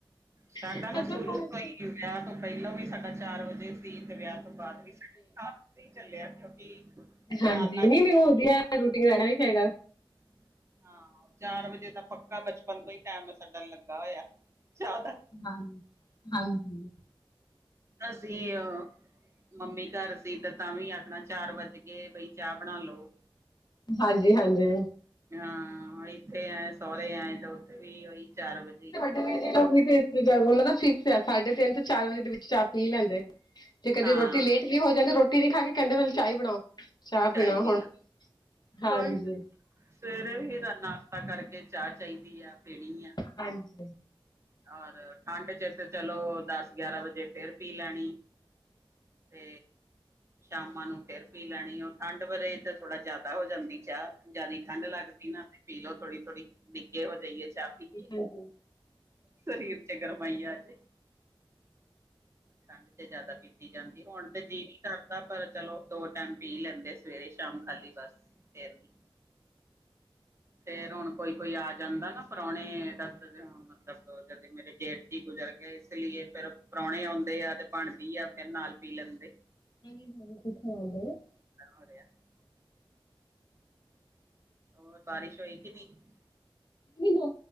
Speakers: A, on the right; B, on the left.
A: ਸਾਡਾ
B: ਏਦਾਂ
A: ਨਾ ਸ਼ੁਰੂ
B: ਪਹੁੰਚ
A: ਤੋਂ ਹੀ, ਵਿਆਹ ਤੋਂ ਪਹਿਲੋਂ ਵੀ ਸਾਡਾ ਚਾਰ ਵਜੇ ਸੀ ਤੇ ਵਿਆਹ ਤੋ ਤੋ ਬਾਅਦ ਵੀ ਸਾਡਾ ਚਾਰ ਵਜੇ ਹੀ ਚੱਲਿਆ। ਨਾਨਾ
B: ਹਾਂਜੀ ' <unintelligible> ' ਚਾਹੀਦਾ।
A: ਹਾਂ। ਹਾਂ, ਚਾਰ ਵਜੇ ਤਾਂ ਪੱਕਾ ਬਚਪਨ ਤੋਂ ਹੀ ਟਾਈਮ ਸਾਡਾ ਲੱਗਾ ਹੋਇਆਿ ਚਾਹ ਦਾ
B: ' <unintelligible> ਹਾਂਜੀ।
A: ਅਸੀ ਅ। ਮੰਮੀ ਘਰ ਸੀ ਤੇ ਤਾਂ ਵੀ ਆਖਣਾ ਚਾਰ ਵੱਜ ਗਏ ਬਈ ਚਾਹ ਬਣਾ ਲੋ
B: ਹਾਂਜੀ-ਹਾਂਜੀ।
A: ਹਾਂ, ਇੱਥੇ ਆਏ ਸੋਹੁਰੇ ਆਏ, ਤਾਂ ਉੱਥੇ ਵੀ ਉਈ ਚਾਰ ਵਜੇ
B: ਚੌਵੀ ਤੇ ਈਸਵੀ ਦਾ ਉਹਨਾਂ ਦਾ ਫਿਕਸ ਆ ਸਾਢੇ ਤਿੰਨ ਤੋਂ ਚਾਰ ਵਜੇ ਦੇ ਵਿੱਚ ਚਾਹ ਪੀ ਲੈਂਦੇ ਜੇ ਕਦੀ
A: ਹਾਂ
B: ਰੋਟੀ ਲੇਟ ਵੀ ਹੋ ਜਾਂਦੀ ਰੋਟੀ ਨੀ ਖਾ ਕੇ ਕਹਿੰਦੇ ਚਾਹ ਹੀ ਬਣਾਓ। ਚਾਹ
A: ਚਾਏ
B: ਪੀਣਾ
A: ਪੀ
B: ਹੁਣ
A: ਲੋ
B: ਹਾਂਜੀ।
A: ਉਹੀ ਸਵੇਰੇ ਵੀ ਨਾਸ਼ਤਾ ਕਰਕੇ ਚਾਹ ਚਾਹੀਦੀ ਆ, ਪੀਣੀ ਆ
B: ਹਾਂਜੀ।
A: ਔਰ, ਠੰਡ 'ਚ' ਤੇ ਚਲੋ ਦੱਸ ਗਿਆਰਾਂ ਵਜੇ ਫੇਰ ਪੀ ਲੈਣੀ ਤੇ ਸ਼ਾਮਾਂ ਨੂੰ ਫਿਰ ਪੀ ਲੈਣੀ, ਉਹ ਠੰਡ ਵਰੇ ਤਾਂ ਥੋੜ੍ਹਾ ਜ਼ਿਆਦਾ ਹੋ ਜਾਂਦੀ ਚਾਹ ਜਿਆਦਾ ਠੰਢ ਲੱਗਦੀ ਨਾ ਪੀ ਲਓ ਥੋੜੀ-ਥੋੜੀ ਨਿੱਗੇ ਹੋ ਜਾਈਏ ਚਾਹ। ਪੀ ਕੇ
B: ਹਾਂਜੀ।
A: ਸਰੀਰ ਤੇ ਗਰਮ ਹੀ ਆਜੇ, ਠੰਡ ਤੇ ਜ਼ਿਆਦਾ ਪੀਤੀ ਪੀਤੀ ਜਾਂਦੀ। ਹੁਣ ਤੇ ਜੀ ਨੀ ਕਰਦਾ ਪਰ ਚਲੋ ਦੋ ਟਾਈਮ ਪੀ ਲੈਂਦੇ ਸਵੇਰੇ-ਸ਼ਾਮ ਖਾਲੀ ਬਸ ਫਿਰ ਨੀ। ਫਿਰ ਹੁਣ ਕੋਈ-ਕੋਈ ਆ ਜਾਂਦਾ ਨਾ ਪੁਰਾਣੇ ਦਰਦ ਮਤਲਬ ਜਦ ਮੇਰੇ ਜੇਠ ਚ ਗੁਜ਼ਰ ਗੇ। ਇਸ ਲਈ ਫਿਰ ਪ੍ਰਾਹਣੇ ਆਉਦੇ ਆ ਤੇ ਬਣਦੀ ਆ ਫਿਰ ਨਾਲ ਪੀ ਲੈਂਦੇ।
B: ਹਾਂਜੀ, ਸਾਰੇ ਕਿੱਥੋਂ ਆਉਂਦੇ ਹੋ‍।
A: <unintelligible> ਹੋਰ ਬਾਰਿਸ਼ ਹੋਈ ਕਿ ਨਹੀਂ।
B: ਸੀਗਾ,